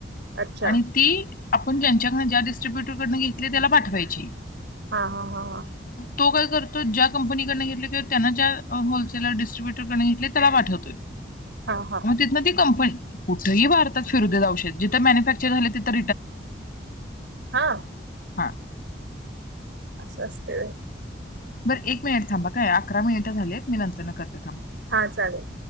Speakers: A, on the right; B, on the left.
A: अच्छा
B: आणि ती आपण ज्यांच्याकडनं ज्या डिट्रीब्युटर कडनं घेतले त्याला पाठवायची
A: हा हा हा हा
B: तू काय कर तो ज्या कंपनीकडन घेतले त्योत त्यांना ज्या होलसे त्यानं डीस्ट्रीब्युटरकडन घेतले त्याला पाठवतोय
A: हा हा हा
B: मग तिथन ते कंप पण कुठही भारतात फिरू देत औषध जिथं मॅन्युफॅक्चर झाले तिथं
A: हा
B: हा
A: अस असतंय होय
B: बर एक मिनिट थांबा काय अकरा मिनिटं झालेत मी नंतर न करते थांबा
A: हा चालेल